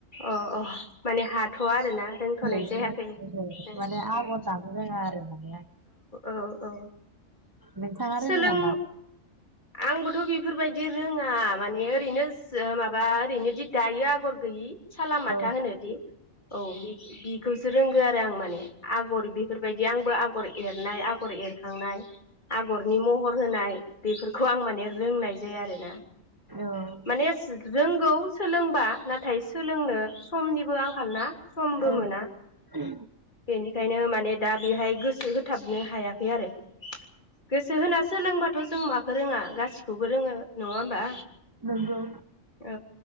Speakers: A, on the left (about 35°); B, on the right (about 20°).
A: अ अ माने हाथवा आरोना रोंथनाय
B: औ माने
A: जायाखै
B: ओहो
A: ओ
B: माने आगर
A: ओ
B: दानो रोङा आरो माने आं
A: औ औ
B: नोंथाङा रोङो
A: सोलों
B: नामा
A: आंबोथ बेफोरबायदि रोङा माने ओरैनो सो माबा ओरैनो दायो आगर गैयि । साला माथा
B: औ
A: होनोदि औ बि-बि खौसो रोंगौ आरो आं माने। आगर बेफोरबायदि आंबो आ गर एरनाय आगर एरखांनाय आगरनि महर होनाय बेफोरखौ आं माने रोंनाय जे आरो ना।
B: औ
A: माने रोंगौ सोलोंबा नाथाय सो सोलोंनो समनिबो आंखाल ना समबो
B: औ
A: मोना
B: नंगौ
A: बेनिखायनो माने दा बेहाय गोसो होथाबनो हायाखै आरो। गोसो होना सोलोंबाथ' जों माखौ रोङा गासि खौबो रोङो नङा होमबा?
B: नोंगौ।
A: औ